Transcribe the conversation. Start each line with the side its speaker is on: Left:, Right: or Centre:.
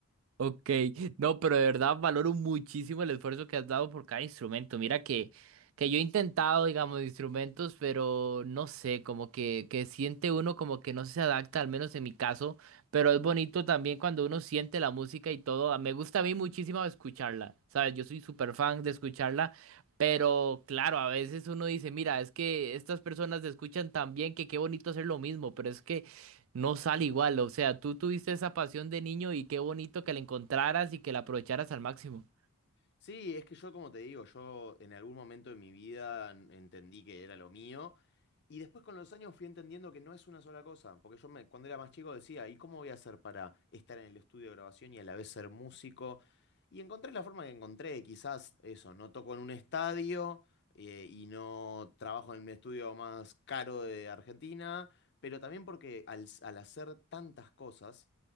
Right: Ok, no, pero de verdad valoro muchísimo el esfuerzo que has dado por cada instrumento. Mira que, que yo he intentado, digamos, instrumentos, pero no sé, como que, que siente uno como que no se adapta, al menos en mi caso, pero es bonito también cuando uno siente la música y todo. Me gusta a mí muchísimo escucharla, ¿sabes? Yo soy súper fan de escucharla, pero claro, a veces uno dice, mira, es que estas personas escuchan tan bien que qué bonito hacer lo mismo, pero es que no sale igual. O sea, tú tuviste esa pasión de niño y qué bonito que la encontraras y que la aprovecharas al máximo.
Left: Sí, es que yo, como te digo, yo en algún momento de mi vida en- entendí que era lo mío y después con los años fui entendiendo que no es una sola cosa, porque yo me, cuando era más chico decía, ¿y cómo voy a hacer para estar en el estudio de grabación y a la vez ser músico? Y encontré la forma que encontré, quizás eso, no toco en un estadio eh, y no trabajo en el estudio más caro de Argentina, pero también porque al, s- al hacer tantas cosas